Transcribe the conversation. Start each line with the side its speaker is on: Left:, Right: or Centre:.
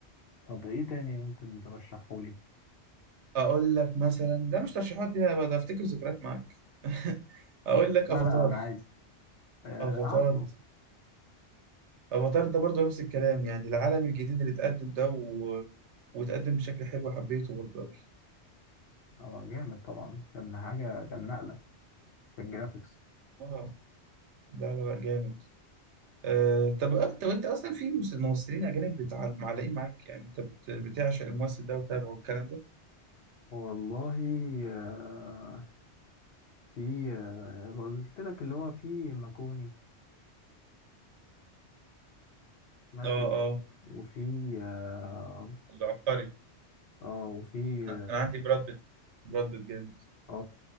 Left: طب ايه تاني ممكن ترشحه لي
Right: اقول لك مثلا لا مش ترشيحات دي انا بقى افتكر ذكريات معاك <laughs> اقول لك
Left: لا
Right: افاتار
Left: لا انا عايز آه
Right: افاتار
Left: عارفه
Right: افاتار ده برضو نفس الكلام يعني العالم الجديد اللي اتقدم ده و... واتقدم بشكل حلو حبيته برضو أوي.
Left: اه جامد طبعا كان حاجه كان نقله في الجرافيكس
Right: اه لا لا لا جامد آه طب انت وانت اصلا في مس- ممثلين اجانب بتع- معلقين معاك يعني انت بت... بتعشق الممثل ده وتابعه والكلام ده
Left: والله آه في آه قلت لك اللي هو في ماكوني ماتيو
Right: اه اه
Left: وفي اه
Right: العبقري
Left: آه، وفي
Right: انا أنا عندي براد بيت براد بيت جامد
Left: اه